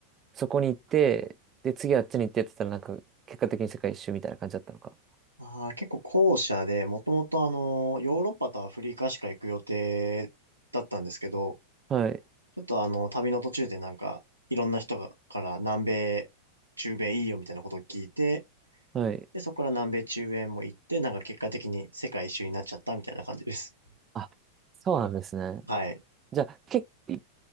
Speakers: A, on the right (about 25°); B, on the right (about 80°).
A: そこに行って、で、次あっちに行ってって言ったら、なんか、結果的に世界一周みたいな感じだったのか。
B: あー、結構後者で、もともとあの、ヨーロッパとアフリカしか行く予定だったんですけど、
A: はい。
B: ちょっとあの、旅の途中でなんか、いろんな人がから南米、中米いいよみたいなことを聞いて、
A: はい。
B: で、そこから南米、中米も行って、なんか結果的に世界一周になっちゃったみたいな感じです。
A: あ、そうなんですね。
B: はい。
A: じゃあ、結構、